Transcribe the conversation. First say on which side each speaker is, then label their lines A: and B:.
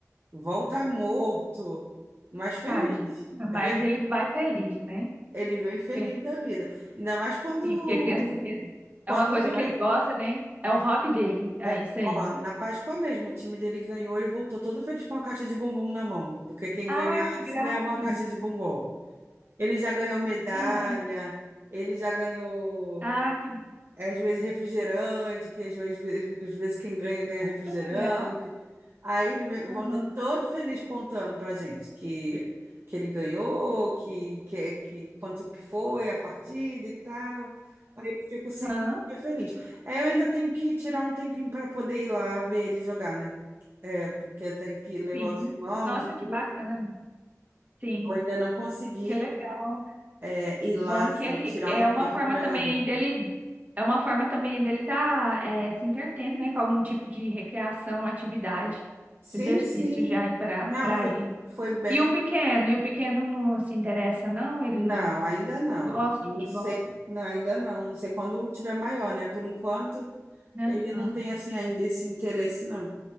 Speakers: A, on the right; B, on the right.
A: Volta morto, mas feliz.
B: Tade. Mas
A: <laughs>
B: ele vai feliz, né?
A: Ele vem feliz
B: Porque-
A: da vida. Ainda mais quando,
B: Sim, porque a criança se pensa-
A: quando
B: é uma coisa
A: ganha.
B: que ele gosta, né? É o hobby dele. É
A: É,
B: isso aí.
A: ó, na Páscoa mesmo, o time dele ganhou, ele voltou todo feliz com uma caixa de bombom na mão, porque quem
B: Ai,
A: ganhasse
B: que gracinha.
A: ganhava uma caixa
B: <laughs>
A: de bombom. Ele já ganhou medalha,
B: Aham.
A: ele já ganhou
B: Ai, que
A: é, às vezes refrigerante, que às vezes, que às vezes quem ganha, ganha refrigerante.
B: legal.
A: Aí ele vem-
B: Aham.
A: volta todo feliz contando pra gente que, que ele ganhou, que, que, que quanto que foi a partida e tal. Aí eu fico assim,
B: Aham.
A: super feliz. Aí eu ainda tenho que tirar um tempinho para poder ir lá ver ele jogar, né? É, porque eu tenho que levar
B: Sim.
A: os irmãos
B: Nossa,
A: e
B: que
A: tudo.
B: bacana. amiga. Sim.
A: Eu ainda não consegui,
B: Que legal.
A: é, ir
B: Bom
A: lá, assim,
B: que ele
A: tirar
B: é
A: um tempo
B: uma forma
A: para
B: também
A: ir lá ver.
B: aí dele é uma forma também dele tá eh, se entretendo, né, com algum tipo de recreação, atividade,
A: Sim,
B: exercício
A: sim.
B: já aí para
A: Não,
B: para
A: foi,
B: ele.
A: foi bem.
B: E o pequeno, e o pequeno não se interessa não, ele
A: Não,
B: não
A: ainda não.
B: gosta
A: Não
B: de futebol,
A: sei, não, ainda não. Não sei quando tiver maior, né? Por enquanto,
B: né?
A: ele
B: Aham.
A: não tem assim ainda esse interesse, não.